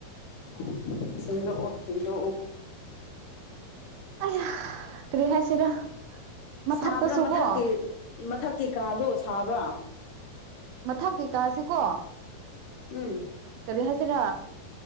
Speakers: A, on the left (about 70°); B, on the right (about 80°).
A: ꯑꯣ ꯁꯦꯡꯗꯣꯛꯑꯣ ꯁꯦꯡꯗꯣꯛꯑꯣ
B: ꯑꯩꯌꯥ ꯀꯔꯤ ꯍꯥꯏꯁꯤꯔꯥ ꯃꯊꯛꯇꯁꯨ
A: ꯁꯥꯕ꯭ꯔꯥ ꯃꯊꯛꯀꯤ
B: ꯀꯣ
A: ꯃꯊꯛꯀꯤ ꯀꯥꯗꯣ ꯁꯥꯕ꯭ꯔꯥ
B: ꯃꯊꯛꯒꯤ ꯀꯥꯥꯁꯤ ꯀꯣ
A: ꯎꯝ
B: ꯀꯔꯤ ꯍꯥꯏꯁꯤꯔꯥ